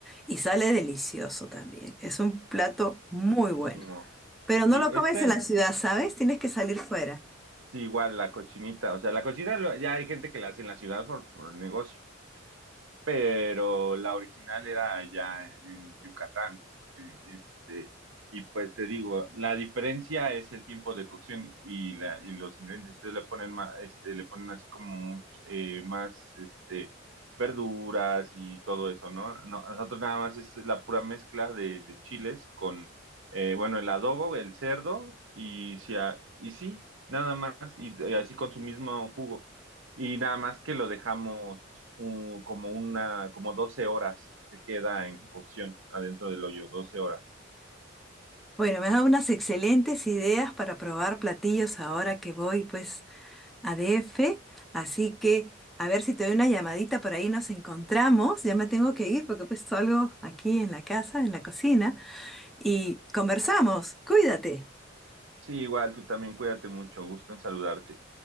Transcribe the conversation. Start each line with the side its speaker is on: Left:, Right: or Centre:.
Centre: Y sale delicioso también. Es un plato muy
Right: riquísimo.
Centre: bueno. Pero no
Right: Sí,
Centre: lo
Right: este,
Centre: comes en la ciudad, ¿sabes? Tienes que salir fuera.
Right: sí, igual la cochinita, o sea, la cochinita lo- ya hay gente que la hace en la ciudad por, por negocio. pero la original era allá en Yucatán. eh, Este, y pues te digo, la diferencia es el tiempo de cocción y, la, y los ingredientes. Ustedes le ponen más, este, le ponen así como eh, más este, verduras y todo eso, ¿no? No, nosotros nada más es la pura mezcla de, de chiles con, eh, bueno, el adobo, el cerdo y, si a- y sí, nada más, y eh, así con su mismo jugo. Y nada más que lo dejamos un- como una, como 12 horas se queda en cocción adentro del hoyo, 12 horas.
Centre: Bueno, me has dado unas excelentes ideas para probar platillos ahora que voy pues a DF, así que a ver si te doy una llamadita por ahí nos encontramos. Ya me tengo que ir porque pues algo aquí en la casa, en la cocina y conversamos. Cuídate.
Right: Sí, igual tú también cuídate mucho, gusto en saludarte.